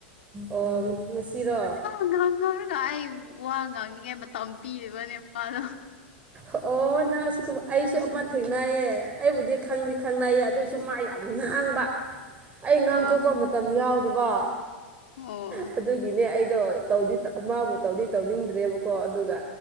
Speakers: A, on the right; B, on the left.
A: ꯑꯣ ꯉꯁꯤꯔꯣ
B: ꯉꯥꯡꯅꯔꯒ ꯑꯩ ꯋꯥ ꯉꯥꯡꯅꯤꯡꯉꯥꯏ ꯃꯇꯝ ꯄꯤꯔꯤꯕꯅꯦ ꯃꯥꯗꯣ
A: ꯑꯣ ꯑꯣ ꯅꯪꯁꯨꯨꯝ ꯑꯩꯁꯨ ꯑꯃ ꯊꯦꯡꯅꯌꯦ ꯑꯩꯕꯨꯗꯤ ꯈꯪꯗꯤ ꯈꯪꯅꯏꯌꯦ ꯑꯗꯨꯏꯁꯨ ꯃꯥ ꯌꯥꯝ ꯉꯥꯡꯕ
B: <inaudible>
A: ꯑꯩ ꯉꯥꯡꯊꯣꯛꯄ
B: ꯑꯣ
A: ꯃꯇꯝ ꯌꯥꯎꯗꯕ
B: ꯑꯣ
A: ꯍꯥ ꯑꯗꯨꯒꯤꯅꯦ ꯑꯩꯗꯣ ꯇꯧꯗꯤ ꯃꯥꯕꯨ ꯇꯧꯗꯤ ꯇꯧꯅꯤꯡꯗ꯭ꯔꯦꯕꯀꯣ ꯑꯗꯨꯒ